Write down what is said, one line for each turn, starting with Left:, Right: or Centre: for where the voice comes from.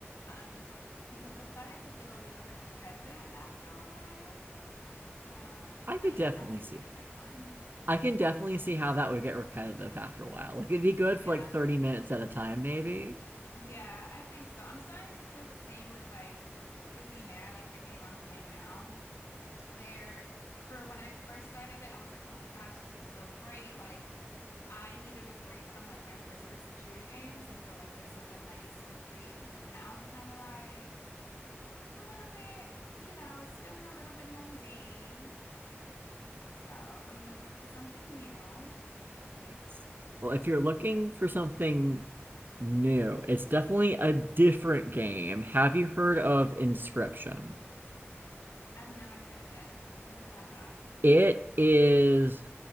Left: Um, because it started to feel a little bit repetitive after a while. Um,
Right: I
Left: but
Right: could
Left: yeah,
Right: definitely
Left: that's a
Right: see
Left: really
Right: that.
Left: good one.
Right: I can definitely see how that would get repetitive after a while. Like it'd be good
Left: Yeah.
Right: for like 30 minutes at a time, maybe.
Left: Yeah, I think so. I'm starting to feel the same with like Cuisinaire, like the game I'm playing now, where for when I first started it, I was like, oh my gosh, this is so great. Like I needed a break from like my first person shooter games, and so like this was a nice reprieve, but now I'm kind of like I'm a little bit, you know, it's feeling a little bit mundane. So I'm looking for something new.
Right: Nice. Well, if you're looking for something new, it's definitely a different game. Have you heard of Inscription?
Left: I've never heard of it. What is that about?
Right: It is